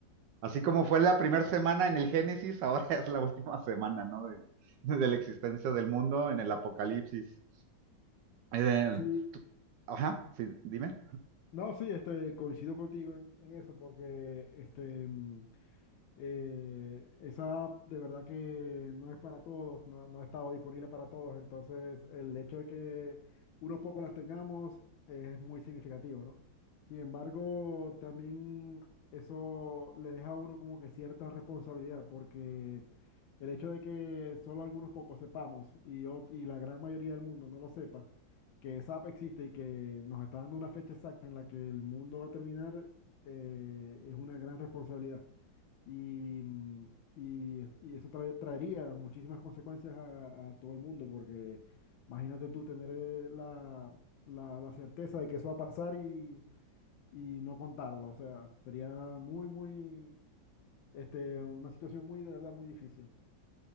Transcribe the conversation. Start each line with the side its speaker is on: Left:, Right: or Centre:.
Right: Así como fue la primera semana en el Génesis, ahora <laughs> es la última semana, ¿no? De, de la existencia del mundo en el Apocalipsis. Eh,
Left: Sí,
Right: tú- Ajá, sí, dime.
Left: No, sí, este, coincido contigo en, en eso, porque este, mm, eh, esa de verdad que no es para todos, no, no ha estado disponible para todos, entonces el hecho de que unos pocos las tengamos es muy significativo, ¿no? Sin embargo, también eso le deja a uno como que cierta responsabilidad, porque el hecho de que solo algunos pocos sepamos y, ot- y la gran mayoría del mundo no lo sepa, que SAP existe y que nos está dando una fecha exacta en la que el mundo va a terminar, eh, es una gran responsabilidad. Y, mm, y, y eso trae- traería muchísimas consecuencias a, a todo el mundo, porque imagínate tú tener eh, la, la, la certeza de que eso va a pasar y, y no contarlo. O sea, sería muy, muy, este, una situación muy, de verdad, muy difícil.